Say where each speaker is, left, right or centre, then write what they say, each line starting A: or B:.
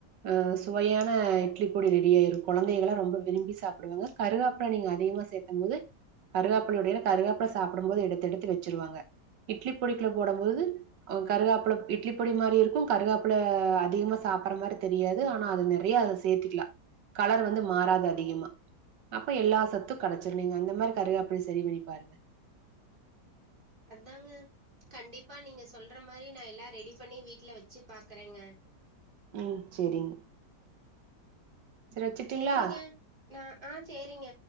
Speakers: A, on the right (about 85°); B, on the right (about 30°).
A: அ சுவையான இட்லி பொடி ரெடிய ஆயிரும் கொழந்தைகளா ரொம்ப விரும்பி சாப்பிடுவாங்க கருவேப்புல நீங்க அதிகமா சேக்கும் போது கருவேப்லோட கருவேப்புல சாப்பிடும் போது எடுத்து எடுத்து வச்சிருவாங்க இட்லி ல போடும் போது கருவேப்புல இட்லி பொடி மாரி இருக்கும் கருவேப்புல அதிகமா சாப்பற மாரி தெரியாது ஆனா அது நறைய அது சேத்திக்கலா கலர் வந்து மாறாது அதிகமா அப்ப எல்லா சத்தும் கனச்சிரும் நீங்க அந்த மாரி கருவேம்புல செரி பண்ணிப்பாருங்க
B: அதாங்க கண்டிப்பா நீங்க சொல்ற மாரி நா எல்லா ரெடி பண்ணி வீட்ல வச்சி பாக்குறேங்க
A: ம் செரிங்க வச்சுட்டுங்களா?
B: செரிங்க நா ஆ செரிங்க